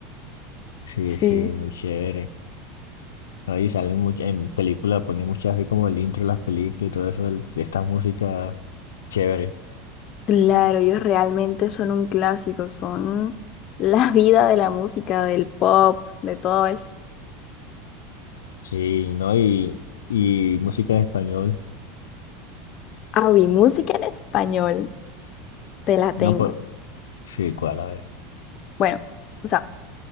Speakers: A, on the left; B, on the left.
A: Sí,
B: Sí.
A: sí, muy chévere. ¿No? Y salen much- en películas, ponen muchas así como el intro de las películas y todo eso, el- esta música chévere.
B: Claro, ellos realmente son un clásico, son <laughs> la vida de la música, del pop, de todo eso.
A: Sí, ¿no? Y, y música en español.
B: Ah, uy, música en español, te la tengo.
A: No, por... Sí, ¿cuál? A ver.
B: Bueno, o sea,